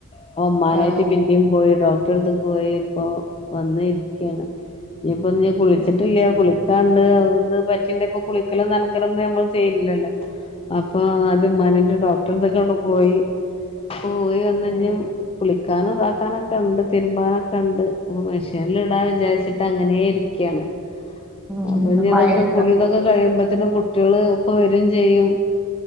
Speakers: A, on the left; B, in the centre.
A: അപ്പ ഉമ്മാനായിട്ട്
B: ആഹ്
A: പിന്നേും പോയി ഡോക്ട തട്ടടുത്ത് പോയി ഇപ്പോ വന്ന ഇരിക്കയാണ് ഇപ്പൊ കുളിച്ചിട്ടില്ല
B: ഉം
A: കുളിക്കാണ്ട് അ പറ്റിണ്ട ഇപ്പൊ കുളിക്കല നനക്കല നമ്മ ചെയ്ല്ലോ അപ്പൊ അത് മനന്റെ ഡോക്ടർക്കെ കൊണ്ട് പോയി പോയി വന്ന കഴഞ്ഞും
B: ഉം
A: കുളിക്കാന ഇതാക്കാനൊക്കെ ഉണ്ട് തിരുമ്പാനൊക്കെ ഉണ്ട് ഓ മെഷീനൽ ഇടാൻ വിചാരിച്ചിട്ട് അങ്ങനെ ഇരിക്കുകയാണ്
B: ഉം
A: അപ്പ ഇനി
B: മഴയുള്ളത്
A: ഇതൊക്കെ കുളി ഇതൊക്കെ കഴിയുമ്പത്തന് കുട്ടികള് വരും ചെയ്യും